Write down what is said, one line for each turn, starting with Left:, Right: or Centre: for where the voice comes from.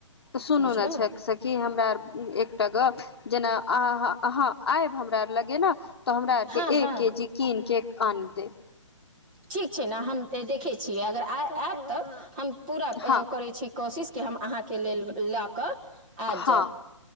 Left: तऽ सुनू
Right: बुझलहु
Left: ने छै से कि हमरा आर‌ एकटा गप। जेना अह अहाँ आयब हमरार लगे ने। तऽ हमरा आर
Right: हँ
Left: के
Right: हँ
Left: एक के जी कीन केक आन दे।
Right: ठीक छै ने हम तऽ देखै छियै अगर अइब आयब तऽ हम। पूरा प‌
Left: हँ
Right: करै छी। कोशिशके हम अहाँके लेल लऽ कऽ आबि
Left: हाँ
Right: जायब